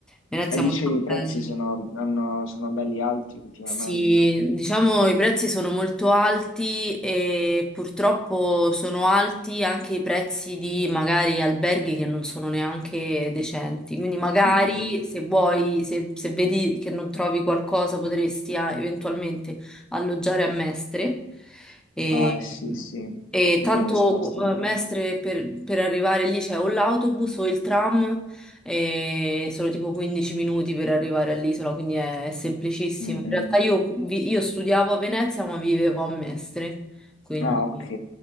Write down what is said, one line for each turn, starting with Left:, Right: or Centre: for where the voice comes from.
Centre: Venezia
Left: E dicevi,
Centre: è molto
Left: i prezzi
Centre: bella.
Left: sono, hanno- sono belli alti ultimamente.
Centre: Sì, diciamo i prezzi sono molto alti e purtroppo sono alti anche i prezzi di magari alberghi che non sono neanche decenti. Quindi magari
Left: Mm, mm.
Centre: se vuoi, se, se vedi che non trovi qualcosa, potresti ah, eventualmente alloggiare a Mestre. E,
Left: Ah, eh, sì, sì. E
Centre: e tanto
Left: poi mi sposto di
Centre: eh,
Left: lì.
Centre: Mestre per, per arrivare lì c'è o l'autobus o il tram e sono tipo 15 minuti per arrivare all'isola, quindi è semplicissimo.
Left: Mm,
Centre: In
Left: mm.
Centre: realtà io, vi- io studiavo a Venezia, ma vivevo a Mestre, quindi,
Left: Ah, ok,